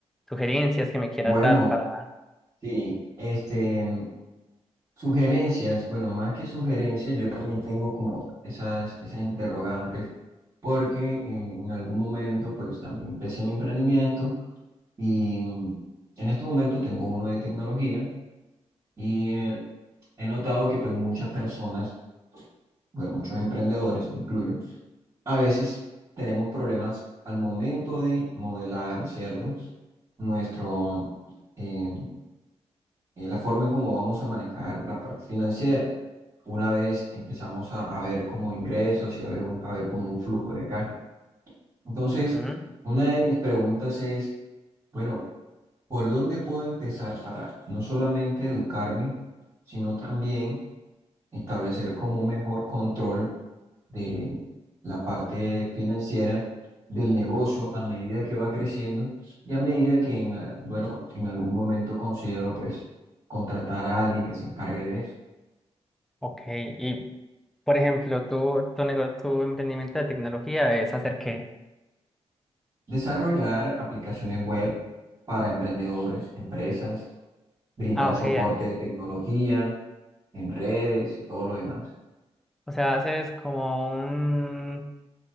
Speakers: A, in the centre; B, on the right.
A: sugerencias que me quieras
B: Bueno,
A: dar para...
B: sí, este, sugerencias. Bueno, más que sugerencias, yo también tengo como esas, esas interrogantes, porque eh, en algún momento, pues también empecé mi emprendimiento y mm, en este momento tengo uno de tecnología y eh, he notado que pues muchas personas, bueno, muchos emprendedores, me incluyo, A veces tenemos problemas al momento de modelar, ¿cierto? Nuestro, eh, eh, la forma en cómo vamos a manejar la parte financiera. Una vez empezamos a, a ver como ingresos y a ver, un- a ver como un flujo de caja. Entonces,
A: Ujú,
B: una de mis preguntas es, bueno, ¿por dónde puedo empezar para no solamente educarme, sino también establecer como un mejor control? de la parte financiera del negocio a medida que va creciendo y a medida que, en, a- bueno, en algún momento considero pues contratar a alguien que se encargue de eso.
A: Ok, y por ejemplo, tu, tu nego- tu emprendimiento de tecnología es hacer qué?
B: Desarrollar aplicaciones web para emprendedores, empresas, brindar
A: Ah, ok,
B: soporte
A: eh,
B: de tecnología en redes y todo lo demás.
A: o sea, haces como un